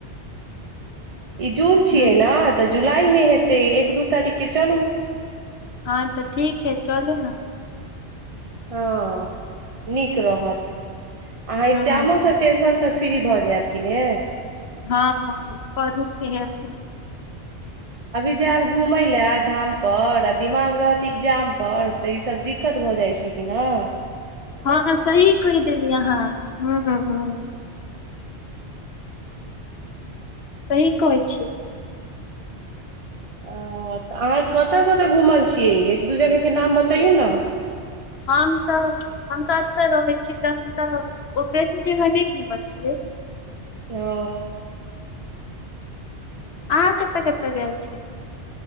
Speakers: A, on the right; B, on the left.
A: इ जून छियै
B: ह
A: ना जुलाई मे हेतै एक दू तारीख के चलू
B: हँ तऽ ठीक हइ चलू न
A: हँ नीक रहत अहाँ एग्जामो
B: ह
A: स टेंशन स फ्री भऽ जायब की ने
B: हँ हँ पढ़ू के हेथिन
A: अभी जायब घूमै लाए धामपर आ दिमाग रहत इग्जामपर तऽ ईसभ दिक्कत भऽ जाइ छै की न
B: हँ सही कहि देली अहाँ ह ह सही कहै छियै
A: ओ तऽ अहाँ कतय कतय घूमल छियै एक दू जगहके नाम बतैयौ ने
B: हम तऽ हम तऽ एतय रहै छी तऽ हम तऽ ओ बेसी जगह नहि घूमल छियै
A: ओ
B: अहाँ कतय कतय गेल छी